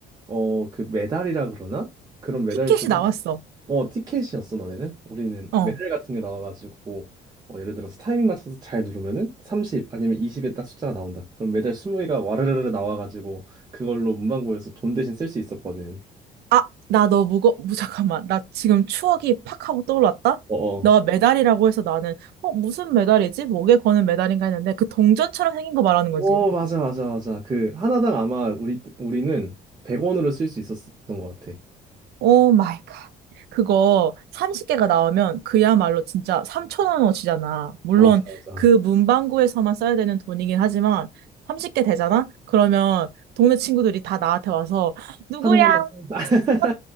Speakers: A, on the right; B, on the right.
A: 어, 그 메달이라 그러나? 그런 메달들이
B: 티켓이 나왔어.
A: 어, 티켓이었어, 너네는? 우리는
B: 어.
A: 메달 같은 게 나와가지고, 어, 예를 들어서 타이밍 맞춰서 잘 누르면은 30 아니면 20에 딱 숫자가 나온다. 그럼 메달 20개가 와르르르 나와가지고, 그걸로 문방구에서 돈 대신 쓸 수 있었거든.
B: 아, 나 너 무거, 무, 잠깐만. 나 지금 추억이 팍 하고 떠올랐다?
A: 어어.
B: 너가 메달이라고 해서 나는, 어, 무슨 메달이지? 목에 거는 메달인가 했는데, 그 동전처럼 생긴 거 말하는 거지.
A: 어, 어, 맞아, 맞아, 맞아. 그, 하나당 아마 우리, 우리는 100원으로 쓸 수 있었던 것 같아.
B: 오 마이 갓. 그거 30개가 나오면 그야말로 진짜 3천 원어치잖아. 물론
A: 맞아, 맞아.
B: 그 문방구에서만 써야 되는 돈이긴 하지만, 30개 되잖아? 그러면 동네 친구들이 다 나한테 와서, 누구야?
A: 하나만 더. <laughs>
B: 어, 나